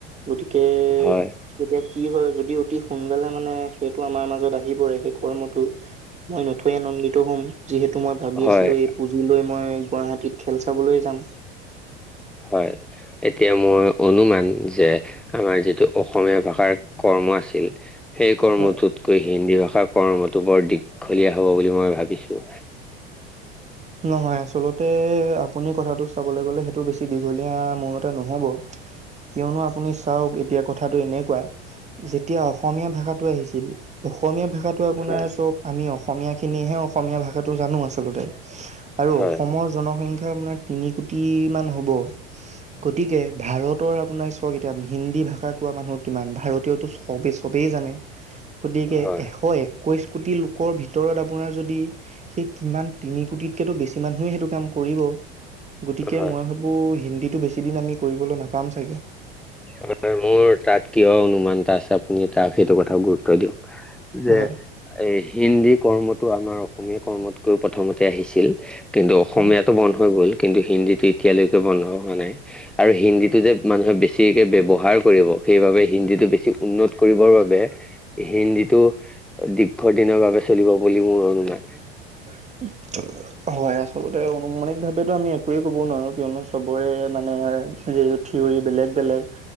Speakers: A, on the right; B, in the centre.
A: গতিকে
B: হয়
A: তেতিয়া কি হয় যদি অতি সোনকালে মানে সেইটো আমাৰ মাজত আহি পৰে সেই কৰ্মটো মই নথৈ আনন্দিত হম যিহেতু মই ভাবি
B: হয়
A: আছিলো এই পুজি লৈ মই গুৱাহাটীত খেল চাবলৈ যাম।
B: হয়, এতিয়া মই ইয়াত মাৰা আমাৰ যিটো অসমীয়া ভাষাৰ কৰ্ম আছিল। সেই কৰ্মটোতকৈ
A: হয়,
B: হিন্দী ভাষাৰ কৰ্মটো বৰ দীঘলীয়া হব বুলি মই ভাবিছো।
A: নহয় আচলতে আপুনি কথাটো চাবলৈ গ'লে সেইটো বেছি দীঘলীয়া মোৰ মতে নহ'ব। কিয়নো আপুনি চাওক এতিয়া কথাটো এনেকুৱা যেতিয়া অসমীয়া ভাষা আহিছিল অসমীয়া ভাষাটো আপোনাৰ
B: হয়
A: চব আমি অসমীয়া খিনিহে অসমীয়া ভাষাটো জানো আচলতে। আৰু
B: হয়
A: অসমৰ জনসংখ্যা আপোনাৰ তিনি কোটি মান হ'ব গতিকে ভাৰত আপোনাৰ চাওক এতিয়া হিন্দী ভাষা কোৱা মানুহ কিমান ভাৰতীয়তো চবেই-চবেই জানে গতিকে
B: হয়
A: এশ এক কৈছ কোটি লোকৰ ভিতৰত আপোনাৰ যদি সেই কিমান তিনি কোটিতকেতো বেছি মানুহে সেইটো কাম কৰিব গতিকে
B: হয়
A: মই আকৌ হিন্দীটো বেছি দিন আমি কৰিবলৈ নাপাম চাগে।
B: হয় মোৰ তাত কিয় অনুমানটা আছে আপুনি তাক সেইটো কথা গুৰুত্ব দিয়ক। যে
A: হয়
B: এই হিন্দী কৰ্মটো আমাৰ অসমীয়া কৰ্মতকৈও প্ৰথমতে আহিছিল। কিন্তু অসমীয়াটো
A: হয়
B: বন্ধ হৈ গ'ল কিন্তু হিন্দীটো এতিয়ালৈকে বন্ধ হোৱা নাই। আৰু হিন্দীটো যে মানুহে বেছিকে ব্যৱহাৰ কৰিব সেইবাবে হিন্দীটো বেছি উন্নত কৰিবৰ বাবে। হিন্দীটো দীৰ্ঘ দিনৰ বাবে চলিব বুলি মোৰ অনুমান।
A: <unintelligible> হয় আচলতে অনুমানিক ভাৱো আমি একোৱে কব নোৱাৰো কিয়নো চবৰে মানে থিয়ৰী বেলেগ-বেলেগ।